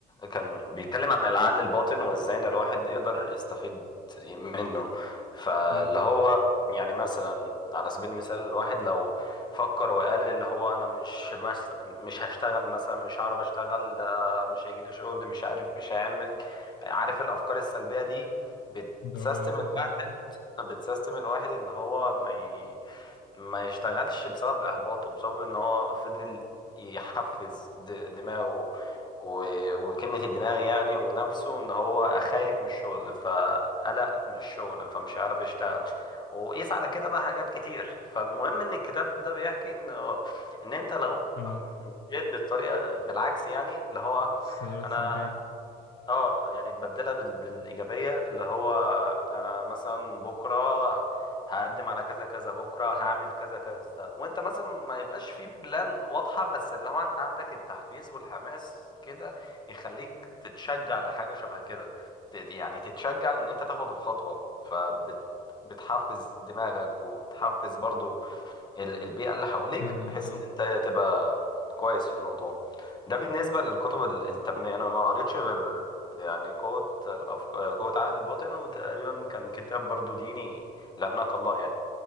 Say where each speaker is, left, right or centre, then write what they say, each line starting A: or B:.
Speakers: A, on the left; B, on the left.
A: كان بيتكلم عن العقل الباطن وازاي ان الواحد يقدر يستفيد منه فاللي
B: اه
A: هو يعني مثلا على سبيل المثال الواحد لو فكر وقال اللي هو انا مش مس مش هشتغل مثلا مش هعرف اشتغل ده مش هيجي لي شغل مش عارف مش هعمل عارف الافكار السلبية دي بتسيستم
B: ده غلط
A: الواحد
B: اه فعلا
A: بتسيستم الواحد ان هو ما ي... ما يشتغلش بسبب احباطه بسبب ان هو فضل يحفز د- دماغه و- وكلمة الدماغ يعني ونفسه ان هو خايف من الشغل فقلق من الشغل فمش هيعرف يشتغل وقيس على كده بقى حاجات كتير فالمهم ان الكتاب ده بيحكي ان ان انت لو
B: اه
A: مشيت بالطريقة بالعكس يعني اللي هو
B: السلبية سلبية
A: انا اه يعني تبدلها بال- بالايجابيه اللي هو انا مثلا بكره هقدم على كذا كذا بكره هعمل كذا كذا وانت مثلا ما يبقاش في بلان واضحه بس اللي هو انت عندك التحفيز والحماس كده يخليك تتشجع لحاجه شبه كده ت- يعني تتشجع ان انت تاخد الخطوه فبت بتحفز دماغك وتحفز برضو ال- البيئة اللي حواليك
B: فعلا
A: بحيث
B: اه
A: ان انت تبقى كويس في الموضوع ده بالنسبة للكتب ال- التنمية انا ما قريتش غير يعني قوة الأفكار قوة عقل الباطن وتقريبا كان كتاب برضو ديني لأنك الله يعني